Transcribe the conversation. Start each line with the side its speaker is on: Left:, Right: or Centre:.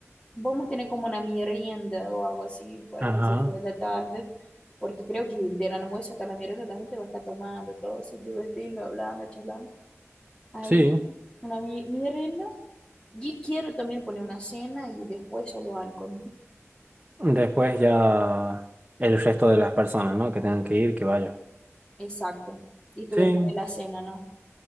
Left: vamos a tener como una merienda o algo así pues,
Right: ajá,
Left: hasta las seis de la tarde, porque creo que del almuerzo hasta la merienda la gente va a estar tomando, todo se divirtiendo, hablando, charlando. Ahí,
Right: sí.
Left: una mi- merienda. Y quiero también poner una cena y después solo algo.
Right: Después ya el resto de las personas, ¿no? Que tengan que ir, que vayan.
Left: <laughs> Exacto. Y esto
Right: Sí,
Left: después de la cena, ¿no?